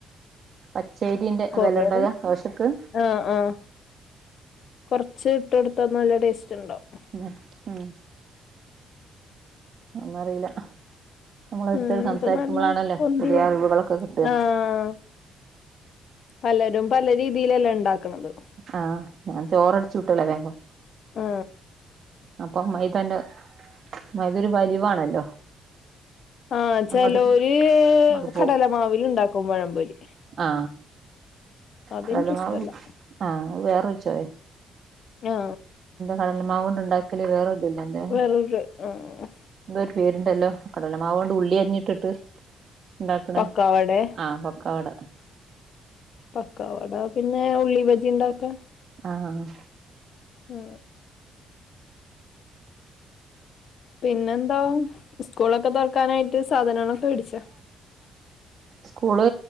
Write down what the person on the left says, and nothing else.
കൊറേ
ആഹ് ആഹ് കൊറച്ച് ഇട്ട് കൊടുത്താൽ നല്ല ടേസ്റ്റ് ഉണ്ടാവും
ഉം
ഇപ്പൊ നല്ല പൊന്തി
വരും
ആഹ് പലരും പല രീതിയിലല്ലേ ഇണ്ടാക്കണത്
ആ
ആഹ
ചെലോര്
കടലമാവിൽ ഇണ്ടാക്കും പഴംമ്പൊരി
അതെനിക്കിഷ്ടല്ല
ആ
വേറൊരു ആഹ്
പക്കാവടെ
പക്കാവട പിന്നെ ഉള്ളി ഭജി ഉണ്ടാക്ക്
ആ പിന്നെന്താ സ്കൂളൊക്കെ തുറക്കാനായിട്ട് സാധനങ്ങളൊക്കെ മേടിച്ചാ